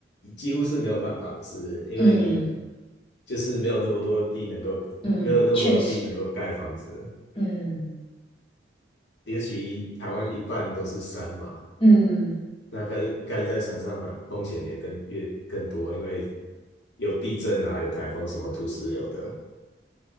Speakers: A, on the left (about 70°); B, on the left (about 30°).
A: 几乎是没有办法的事，因为你
B: 嗯
A: 就是没有那么多地能够，
B: 嗯，
A: 没有那么多地能够盖房子，
B: 确实，嗯
A: 尤其台湾一半都是山嘛，
B: 嗯。
A: 那盖盖在山上反风险也更越更多，因为有地震啊，有台风，什么土石流的。